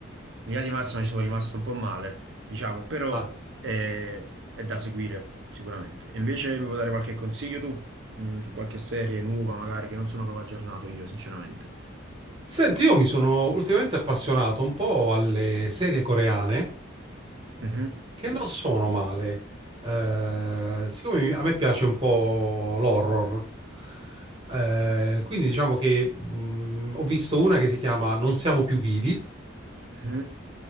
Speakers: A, on the right; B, on the right.
A: linea di massima ci sono rimasto un po' male, diciamo, però
B: Ah.
A: eh, è da seguire sicuramente. E invece mi puoi dare qualche consiglio tu, Mm, su qualche serie nuova magari che non sono proprio aggiornato io, sinceramente.
B: Senti, io mi sono ultimamente appassionato un po' alle serie coreane,
A: Mhm,
B: che non sono male. Eh, siccome mi- a me piace un po' l'horror, eh, quindi diciamo che mh, ho visto una che si chiama Non siamo più vivi,
A: mhm.